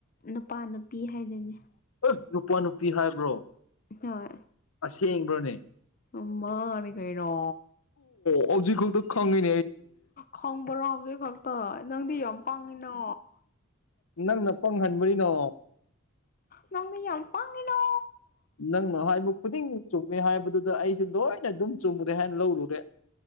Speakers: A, on the left; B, on the left.
A: ꯅꯨꯄꯥ ꯅꯨꯄꯤ ꯍꯥꯏꯗꯣꯏꯅꯦ
B: ꯑꯦ ꯅꯨꯄꯥ ꯅꯨꯄꯤ ꯍꯥꯏꯕ꯭ꯔꯣ
A: ꯍꯣꯏ
B: ꯁꯤ ꯏ꯭ꯔꯣꯅꯤ
A: ꯑꯃꯅꯤ ꯀꯩꯅꯣ
B: ꯍꯧꯥꯎꯖꯤꯛ ꯀꯧꯕꯨ ꯈꯪꯉꯩ
A: ꯈꯪꯕ꯭ꯔꯣ ꯍꯧꯖꯤꯛ ꯈꯛꯇ ꯅꯪꯗꯤ ꯌꯥꯝ ꯄꯥꯡꯉꯤꯅꯣ
B: ꯅꯪꯅ ꯄꯪꯍꯟꯕꯔꯤꯅꯣ
A: ꯅꯪ ꯌꯥꯠ ꯄꯥꯉꯅꯣ
B: ꯅꯪꯅ ꯍꯥꯏꯕꯨ ꯈꯨꯗꯤꯡꯃꯛ ꯆꯨꯝꯃꯦ ꯍꯥꯏꯕꯗꯨꯗ ꯑꯩꯁꯦ ꯂꯣꯏꯅ ꯑꯗꯨꯝ ꯆꯨꯝꯈꯨꯔꯦ ꯍꯥꯏꯅ ꯂꯧꯔꯨꯔꯦ